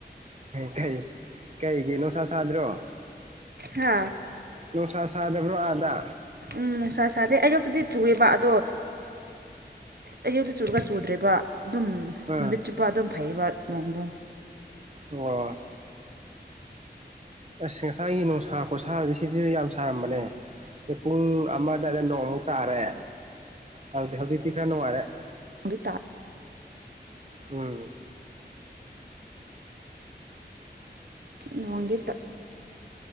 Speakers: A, on the right; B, on the right.
A: ꯀꯩ ꯀꯩꯒꯤꯅꯣ ꯁꯥꯗ꯭ꯔꯣ
B: ꯍꯥ
A: ꯅꯨꯡꯁꯥ ꯁꯥꯗꯕ꯭ꯔꯣ ꯑꯥꯗ
B: ꯎꯝ ꯅꯨꯡꯁꯥ ꯁꯥꯗꯦ ꯑꯌꯨꯛꯇꯗꯤ ꯆꯨꯑꯦꯕ ꯑꯗꯣ ꯑꯌꯨꯛꯇ ꯆꯨꯔꯒ ꯆꯨꯗ꯭ꯔꯦꯕ ꯑꯗꯨꯝ
A: ꯑꯥ
B: ꯅꯨꯃꯤꯠ ꯆꯨꯞꯄ ꯑꯗꯨꯝ ꯐꯩꯕ ꯅꯣꯡꯗꯣ
A: ꯍꯣꯏ ꯑꯁ ꯉꯁꯥꯏꯒꯤ ꯅꯨꯡꯁꯥ ꯈꯨꯣꯠꯁꯥꯕꯁꯦ ꯁꯤꯁꯤꯁꯨ ꯌꯥꯝ ꯁꯥꯔꯝꯕꯅꯦ ꯑꯗ ꯄꯨꯡ ꯑꯃꯗꯗ ꯅꯣꯡꯃꯨꯛ ꯇꯥꯔꯦ ꯑꯗꯨꯗꯤ ꯍꯧꯖꯤꯛꯇꯤ ꯈꯔ ꯅꯨꯡꯉꯥꯏꯔꯦ
B: ꯅꯣꯡꯗꯤ ꯇꯥ
A: ꯎꯝ
B: ꯅꯣꯡꯗꯤ ꯇꯥ